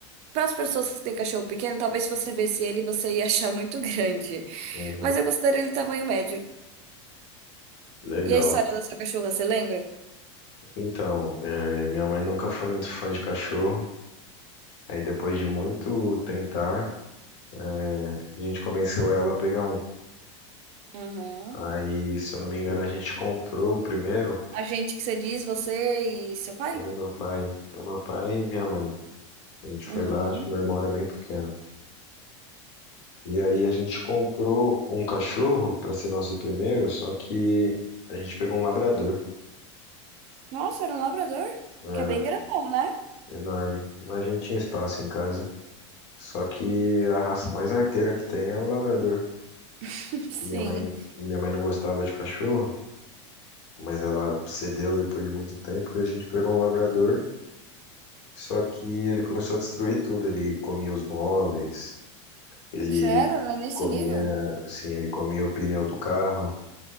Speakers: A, on the right (about 45°); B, on the left (about 65°).
A: Para as pessoas que têm cachorro pequeno, talvez se você visse ele, você ia achar muito <laughs> grande.
B: Uhum.
A: Mas eu considero ele tamanho médio.
B: Legal.
A: E a história da sua cachorra, você lembra?
B: Então, eh, minha mãe nunca foi muito fã de cachorro. Aí depois de muito tentar, É, A gente convenceu ela a pegar um.
A: Uhum.
B: Aí, se eu não me engano, a gente comprou o primeiro.
A: A gente que você diz, você e seu pai?
B: Então, meu pai, então, meu pai e minha mãe. A gente foi
A: Uhum.
B: lá, acho que meu irmão era bem pequeno. E aí a gente comprou um cachorro para ser nosso primeiro, só que a gente pegou um labrador.
A: Nossa, era um labrador?
B: Era
A: Que é bem grandão, né?
B: enorme. Mas a gente tinha espaço em casa. Só que a raça mais arteira que tem é o labrador.
A: <laughs> Sim.
B: E minha mãe, minha mãe não gostava de cachorro, mas ela cedeu depois de muito tempo e a gente pegou um labrador. Só que ele começou a destruir tudo. Ele comia os móveis, ele
A: Sério? Era né? nesse
B: comia,
A: nível?
B: assim, ele comia o pneu do carro,